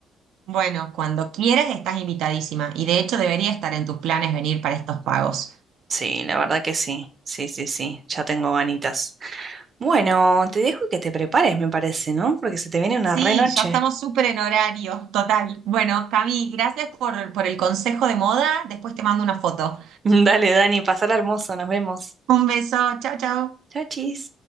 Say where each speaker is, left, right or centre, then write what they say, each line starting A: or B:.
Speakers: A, on the right; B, on the right.
A: Bueno, cuando quieras estás invitadísima y de hecho debería estar en tus planes venir para estos pagos.
B: Sí, la verdad que sí, sí, sí, sí, ya tengo ganitas. Bueno, te dejo que te prepares, me parece, ¿no? Porque se te viene una
A: Sí,
B: re noche.
A: ya estamos súper en horario, total. Bueno, Cami, gracias por, por el consejo de moda. Después te mando una foto.
B: <laughs> Dale, Dani, pasar hermoso, nos vemos.
A: Un beso, chao, chao.
B: Chau, chis.